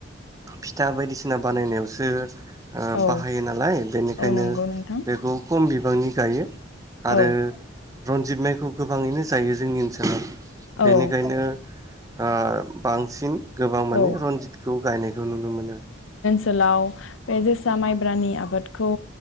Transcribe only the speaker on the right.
फिथा बायदिसिना बानायनायावसो ओ
बाहायो नालाय बेनिखायनो
बेखौ खम बि ननिगाययो आरो
रनजित माइखौ गोबाङैनो जायो जोंनि ओनसोल <unintelligible> बेनिखायनो
आ बांसिन गोबां माने
रन्जितखौ गायनायखौ नुनो मोनो।